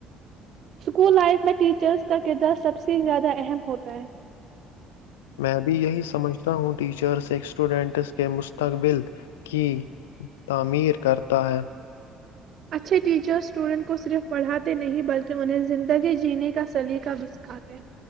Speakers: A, on the right; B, on the left.
A: اسکول لائف میں ٹیچرز کا کردار سب سے زیادہ اہم ہوتا ہے
B: میں بھی یہی سمجھتا ہوں ٹیچرز ایک اسٹوڈنٹس کے مستقبل کی تعمیر کرتا ہے
A: اچھے ٹیچر اسٹوڈنٹ کو صرف پڑھاتے نہیں بلکہ انہیں زندگی جینے کا سلیقہ بھی سکھاتے